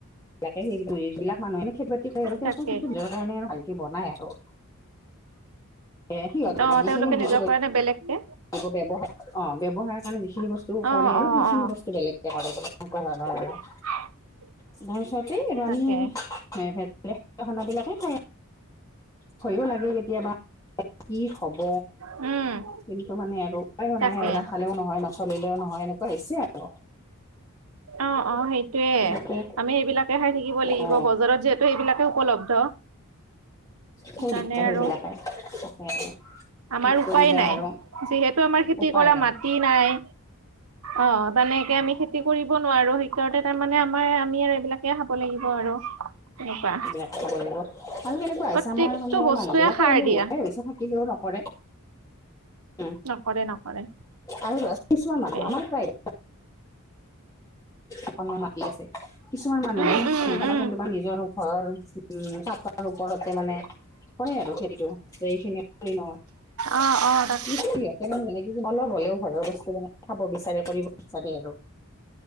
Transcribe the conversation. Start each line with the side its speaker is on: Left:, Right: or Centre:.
Left: বিলাকে সেইবিলাক মানুহেনো খেতি বাতি কৰে আৰু
Right: তাকে
Left: তেওঁকো কিন্তু নিজৰ কাৰণে আৰু ভালকে বনাই আৰু এ সিহঁতেও
Right: অ
Left: যিখিনি
Right: তেওঁলোকে
Left: বিক্ৰী
Right: নিজৰ
Left: কৰি
Right: বেলেগকে
Left: ব ব্যৱহাৰ অ ব্যৱসায়ৰ কাৰণে যিখিনি বস্তু কৰে
Right: অ
Left: আৰু
Right: অ
Left: সেইখিনি
Right: অ
Left: বস্তু বেলেগকে কৰে এনেকুৱা ধৰণৰ আৰু
Right: অ <unintelligible>
Left: তাৰ ওচৰতে আৰু আমি
Right: তাকে
Left: ভে খান বিলাকে খাই থয়ো লাগে কেতিয়াবা কি হব
Right: উম
Left: কিন্তু মানে আৰু উপায়ো
Right: তাকে
Left: নাই আৰু নাখালেও নহয় নচলিলেও নহয় এনেকুৱা হৈছে আৰু
Right: অ অ সেইটোয়ে
Left: তেনেকে
Right: আমি এইবিলাকে খাই থাকিব লাগিব
Left: অ
Right: বজাৰত যে ত সেইবিলাকে উপলব্ধ সেইকাৰণে
Left: সু সেইবিলাকে
Right: আৰু
Left: তাকে আৰু
Right: আমাৰ
Left: কি
Right: উপায়
Left: কৰিবা
Right: নাই
Left: আৰু
Right: যিহেতু আমাৰ খেতি
Left: উপায়
Right: কৰা
Left: নাই
Right: মাত খেতি নাই অ তেনেকে আমি খেতি খতি কৰিব নোৱাৰো শেইকাৰনে তাৰমানে আমাৰ আমি আৰু এইবিলাকে খাব লাগিব আৰু এনেকুৱা
Left: এইবিলাক খাব লাগিব আৰু কেনেকুৱা
Right: প্ৰত্যেকটো
Left: হৈছে আমাৰ মানে
Right: বস্তুৱে
Left: মানুহবিলাকো
Right: সাৰ
Left: এলেহুৱা
Right: দিয়া
Left: হোৱাই হৈছে থাকিলেও নকৰে উম
Right: নকৰে নকৰে
Left: আমিছ কিছুমান
Right: তাকে
Left: মানুহ আমাৰ প্ৰায় অকনৰ মাতি আছে কিছুমান মানুহেধাবাচোন
Right: উম উম উম
Left: তোমাৰ নিজৰ ঘৰ উ চাৰ ওপৰতে মানে হয় আৰু খেতিটো যে এইখিনি ন
Right: অ অ তাক
Left: মানে কি অলপ হলেও ঘৰৰ বস্তু মে খাব বিচাৰে কৰিব বিচাৰে আৰু